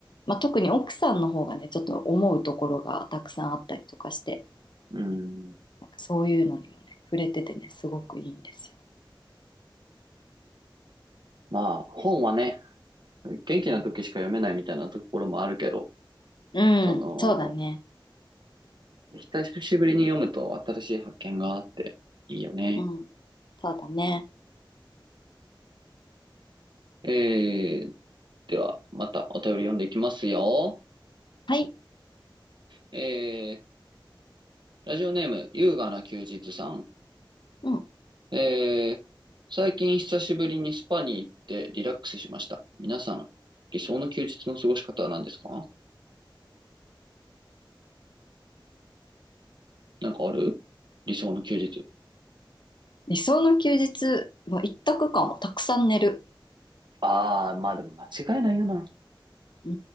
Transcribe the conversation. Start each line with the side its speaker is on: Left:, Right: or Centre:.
Left: まあ、特に奥さんの方がねちょっと思うところがたくさんあったりとかして
Right: うん。
Left: なんかそういうのにもね触れててねすごくいいんですよ。
Right: まあ、本はね、元気な時しか読めないみたいなところもあるけど、
Left: うん、うんそうだね。
Right: その、久しぶりに読むと新しい発見があっていいよね。
Left: うんそうだね。
Right: えー、では、またお便り読んでいきますよ。
Left: はい。
Right: えー、ラジオネーム、優雅な休日さん。
Left: うん。
Right: えー、最近久しぶりにスパに行ってリラックスしました。皆さん、理想の休日の過ごし方は何ですかなんかある理想の休日。
Left: 理想の休日も一択かも。たくさん寝る。
Right: ああ、まあでも間違いないよな。
Left: う